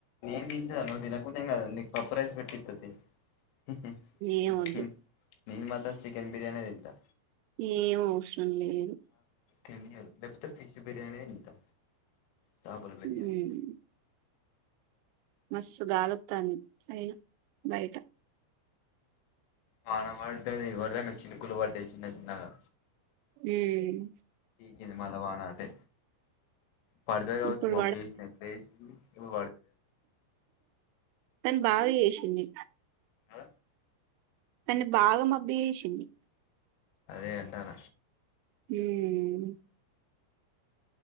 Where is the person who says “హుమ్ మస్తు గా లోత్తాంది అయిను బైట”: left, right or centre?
Right